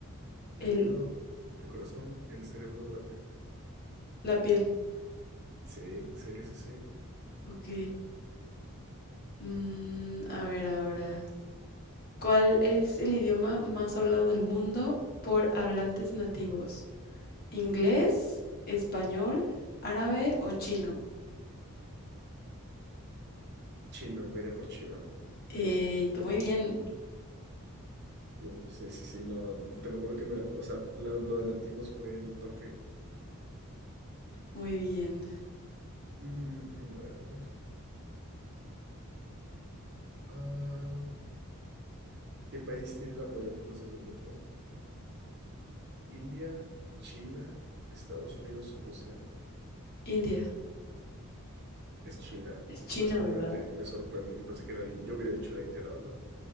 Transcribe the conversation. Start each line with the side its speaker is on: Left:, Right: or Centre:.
Right: ¿El
Left: El,
Right: hígado, el corazón, el cerebro o la piel?
Left: la piel.
Right: Sí, sí, sí, sí.
Left: Ok. Mm, a ver ahora. ¿Cuál es el idioma más hablado del mundo por hablantes nativos? ¿Inglés, español, árabe o chino?
Right: Chino, me iría por chino.
Left: Eh, tú muy bien.
Right: Uh, sí, sí, sí, no, te lo juro que me la... O sea, la- lo de nativos fue el toque.
Left: Muy bien.
Right: Mm, a ver, a ver. Ah, ¿qué país tiene la mayor población del mundo? ¿India, China, Estados Unidos o Rusia?
Left: India.
Right: Es China.
Left: Es China,
Right: Me sorprende,
Left: ¿verdad?
Right: me sorprende. Yo pensé que era India. Yo hubiera dicho la India, la verdad.